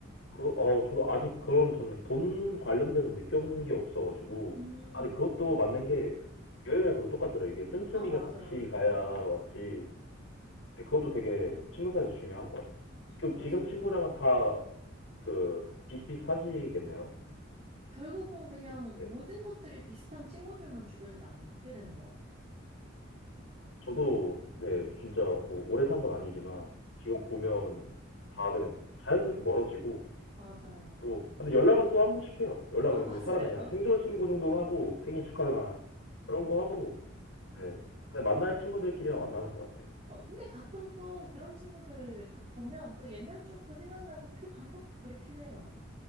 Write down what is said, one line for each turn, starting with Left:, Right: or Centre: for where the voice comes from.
Left: 그, 어, 저도 아직 그런, 전 돈 관련돼서 느껴본 게 없어가지고.
Right: 음,
Left: 아니, 그것도 맞는 게, 여행을 가도 똑같잖아요. 이게 씀씀이가
Right: 아, 맞아요.
Left: 같이 가야 맞지. 네, 그것도 되게 친구 사이에서 중요한 것 같아요. 지금,
Right: 맞아요.
Left: 지금 친구랑은 다 그 비슷비슷하시겠네요.
Right: 결국은 그냥
Left: 지- 네.
Right: 모든 것들이 비슷한 친구들만 주변에 남게 되는 것 같아요.
Left: 저도 네, 진짜 뭐 오래 산 건 아니지만 지금
Right: 네.
Left: 보면 다 그냥 자연스럽게 멀어지고
Right: 맞아요.
Left: 또 근데 연락은 또 한 번씩 해요. 연락은
Right: 아, 맞아요.
Left: 뭐 살아 그냥 생존 신고 정도는 하고 생일 축하나 그런 거 하고 네. 그냥 만날 친구들끼리만 만나는 것 같아요.
Right: <laughs> 어, 근데 가끔 또 그런 친구들 딱 보면 또 옛날 추억도 생각나고 되게 반갑고 그렇긴 해요.